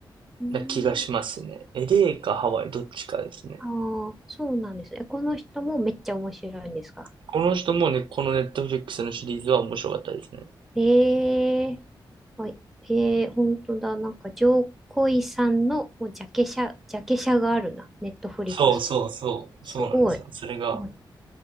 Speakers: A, in the centre; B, on the right (about 75°).
A: うーん、
B: な気がしますね。エレーかハワイどっちかですね。
A: ああ、そうなんです。え、この人もめっちゃ面白いんですか
B: この人もね、このネットフリックスのシリーズは面白かったですね。
A: ええはい。ええ本当だ。なんか、ジョーコイさんのもうジャケ写、ジャケ写があるな。ネットフリックスに。
B: そうそうそう。
A: すごい。
B: そうなんですよ。それが、
A: あ